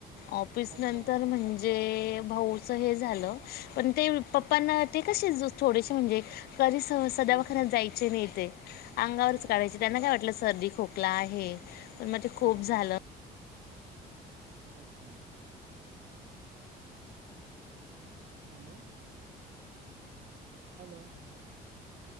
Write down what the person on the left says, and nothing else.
ऑफिस
नंतर म्हणजे जे भाऊच हे झालं पण ते
पप्पना ते कसे थोडेसे म्हणजे कधी सह सदावखर
जायचे नाही ते अंगावरच
काढायचे त्यांना काय वाटलं सर्दी खोकला आहे पण मग ते
खूप झालं